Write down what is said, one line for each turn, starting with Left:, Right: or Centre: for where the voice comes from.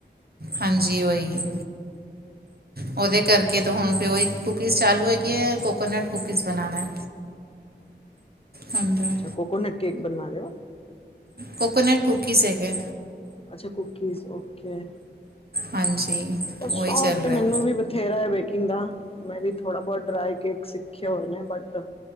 Right: ਹਾਂਜੀ ਉਹੀ। ਉਹਦੇ ਕਰਕੇ ਤਾਂ ਹੁਣ ਫਿਰ ਉਹੀ ਕੂਕੀਜ਼ ਚਾਲੂ ਹੈਗੀ ਹੈ ਕੋਕੋਨਟ ਕੁੂਕੀਜ਼ ਬਣਾਉਣਾ। ਹੁਣ ਤਾਂ
Left: ਅੱਛਾ ਕੋਕੋਨੇਟ ਕੇਕ ਬਣਾ ਰਏ ਓ।
Right: ਕੋਕੋਨੇਟ ਕੁੂਕੀਜ਼ ਹੈਗੇ।
Left: ਅੱਛਾ ਕੂਕੀਜ਼ ਓਕੇ
Right: ਹਾਂਜੀ
Left: ਉਹ
Right: ਉਹੀ
Left: ਸ਼ੌਂਕ
Right: ਚੱਲ
Left: ਤੇ
Right: ਰਿਆ।
Left: ਮੈਨੂੰ ਵੀ ਬਥੇਰਾ ਹੈ ਬੇਕਿੰਗ ਦਾ ਮੈਂ ਵੀ ਥੋੜਾ ਬੋਤ ਡਰਾਈ ਕੇਕ ਸਿੱਖੇ ਹੋਏ ਨੇ ਬਟ